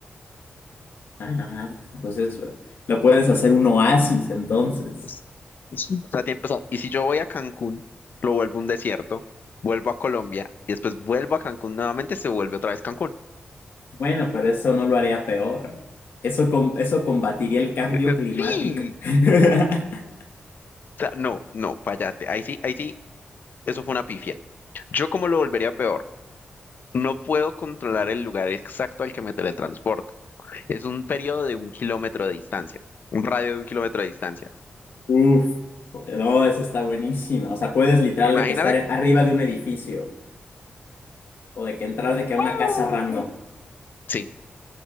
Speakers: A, on the left; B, on the left.
A: Ah, pues eso. Lo puedes hacer un oasis entonces.
B: Es- es- O sea, tiene- o sea, y si yo voy a Cancún, lo vuelvo un desierto, vuelvo a Colombia y después vuelvo a Cancún nuevamente, se vuelve otra vez Cancún.
A: Bueno, pero eso no lo haría peor. Eso, com- eso combatiría el cambio
B: Eh, eh,
A: climático.
B: Sí.
A: <laughs>
B: O sea, no, no, fallaste. Ahí sí, ahí sí, eso fue una pifia. Yo como lo volvería peor. No puedo controlar el lugar exacto al que me teletransporto. Es un periodo de un kilómetro de distancia, un radio de un kilómetro de distancia.
A: Uf, no, esa está buenísima. O sea, puedes literal
B: Imagínate.
A: de que estar arriba de un edificio o de que entrar de que
B: ¡Oh!
A: a una casa random.
B: Sí,